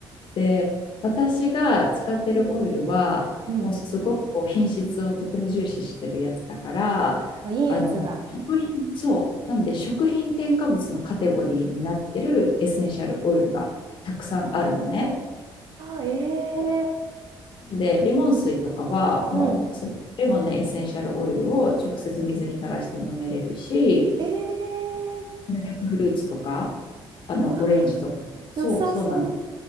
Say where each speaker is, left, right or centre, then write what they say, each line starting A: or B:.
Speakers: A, on the left; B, on the right.
A: で、私が使ってるオイルは、
B: うん。
A: もうすごくこう品質をとても重視してるやつだから、
B: まあいいやつだ。
A: あの、食品、そう、なんで食品添加物のカテゴリーになってるエッセンシャルオイルがたくさんあるのね。
B: ああ、ええ
A: で、レモン水とかは、
B: うん。
A: もうそ、レモンのエッセンシャルオイルを直接水に垂らして飲めれるし、
B: ええ
A: グレープフルーツとか、あの、
B: うわ、
A: オレンジとかも、そう、
B: 良さそう。
A: そうなん